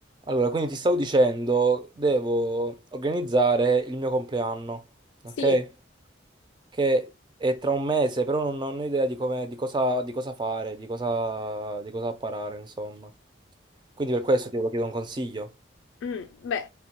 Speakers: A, on the right (about 25°); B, on the left (about 80°).
A: Allora, quindi ti stavo dicendo, devo organizzare il mio compleanno,
B: Sì,
A: ok? Che è tra un mese, però non, non ho idea di come, di cosa, di cosa fare, di cosa, di cosa apparare, insomma. Quindi per questo ti volevo chiedere un consiglio.
B: Mm, beh,